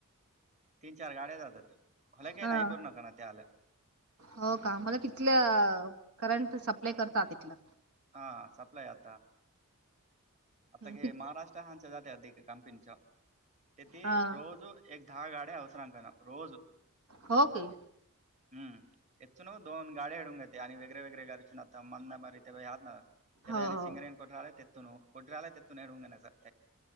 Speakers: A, on the right; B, on the right.
A: तीन चार गाड्या जातात. हलाकी
B: हा
A: नाही <unintelligible>
B: हो का? मला किथल्या करंट सप्लाय करतात तिथलं?
A: हा. सप्लय आता. आता क
B: तिथ-
A: महाराष्ट्र हच्या जाते अध कंपिनीच तेथे
B: हा.
A: रोज- एक दहाग आडे अवसरां कारा रोज.
B: हो की.
A: हम्म. याच न दोन गाडी हडूंगय. आणि वेगरे वेगरे घरच ना त मंद मरी तेबई ह ना तेबई्या
B: हो
A: आणि
B: हो
A: सिंगरेन कोट राले तेत्तो. कोठ्यालय ते तूनणेडूग ना स